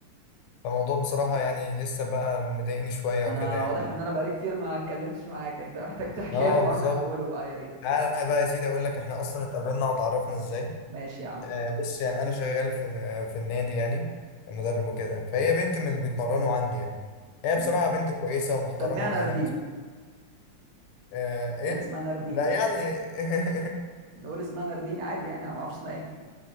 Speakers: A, on the left (about 75°); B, on the right (about 65°).
A: فالموضوع بصراحة يعني لسه بقى مضايقني شوية
B: انا
A: وكده يعني
B: واضح ان انا بقالي كتير ما اتكلمتش معاك انت محتاج <laughs> تحكي
A: اه
B: لي الحوار
A: بالظبط
B: من اوله بقى يا ريت
A: انا بقى يا سيدي اقول لك احنا اصلا اتقابلنا وتعرفنا ازاي
B: ماشي يا عم
A: آه بص يعني انا شغال في في النادي يعني مدرب وكده فهي بنت من اللي بيتمرنوا عندي يعني هي
B: ماشي
A: بصراحة بنت كويسة ومحترمة
B: سميها ناردين
A: وأهلها آه ايه
B: خلي اسمها ناردين
A: لا يعني <laughs>
B: نقول اسمها ناردين عادي يعني انا ما اعرفش اسمها ايه